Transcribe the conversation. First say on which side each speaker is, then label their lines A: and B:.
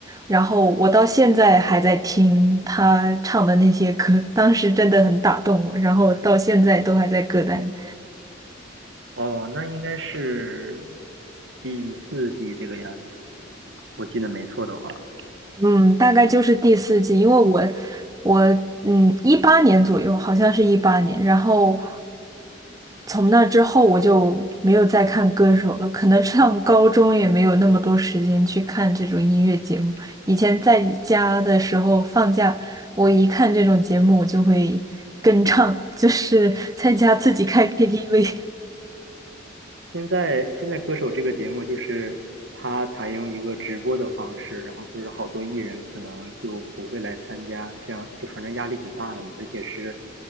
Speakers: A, on the right; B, on the right.
A: 然后我到现在还在听她唱的那些歌，当时真的很打动我，然后到现在都还在歌单。
B: 哦，那应该是第四季这个样子，我记得没错的话。
A: 嗯，大概就是第四季，因为我我嗯一八年左右，好像是一八年，然后从那之后我就没有再看歌手了，可能上高中也没有那么多时间去看这种音乐节目。以前在家的时候放假，我一看这种节目，我就会跟唱，<laughs> 就是在家自己开
B: 哦，
A: KTV。<laughs>
B: 现在现在歌手这个节目就是他采用一个直播的方式，然后就是好多艺人可能就不会来参加，这样就反正压力挺大的嘛，而且是